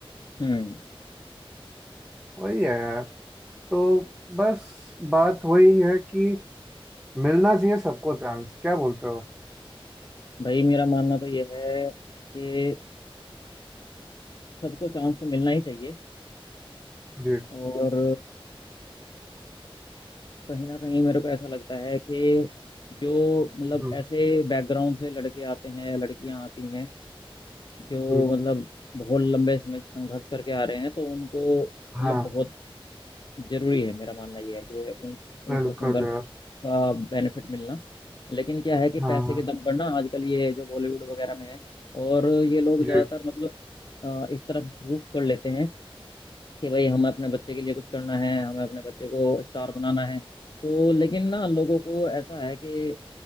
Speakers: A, on the left; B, in the centre.
A: हम्म
B: वही है यार तो बस बात वही है कि मिलना चाहिए सबको चांस क्या बोलते हो
A: भाई मेरा मानना तो ये है कि सबको चांस तो मिलना ही चाहिए
B: जी
A: और कहीं ना कहीं मेरे को ऐसा लगता है कि जो मतलब
B: हम्म
A: ऐसे
B: हम्म,
A: बैकग्राउंड से लड़के आते हैं या लड़कियां आती हैं जो
B: हम्म,
A: मतलब बहुत लंबे समय से संघर्ष करके आ रहे हैं तो उनको मतलब
B: हाँ
A: बहुत जरूरी है मेरा मानना ये है कि उन उनको
B: बिल्कुल
A: संघर्ष
B: यार
A: का बेनिफिट मिलना लेकिन क्या है कि पैसे
B: हाँ हाँ
A: के दम पर ना आजकल ये जो बॉलीवुड वगैरह में है और ये लोग
B: जी
A: ज्यादातर मतलब अ, इस तरफ रुख कर लेते हैं कि भाई हमें अपने बच्चे के लिए कुछ करना है हमें अपने बच्चे को स्टार बनाना है तो लेकिन ना लोगों को ऐसा है कि